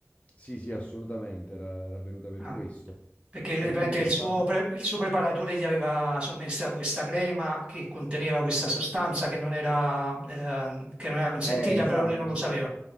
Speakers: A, on the left; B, on the right.
A: Sì, sì, assolutamente, era, era avvenuta per
B: Ah.
A: questo.
B: perché lui,
A: E
B: praticamente,
A: quindi,
B: il
A: diciamo,
B: suo, pre- il suo preparatore gli aveva somministrato questa crema che conteneva questa sostanza che non era, ehm, che non era consentita,
A: eh, esatto,
B: però lui non lo sapeva.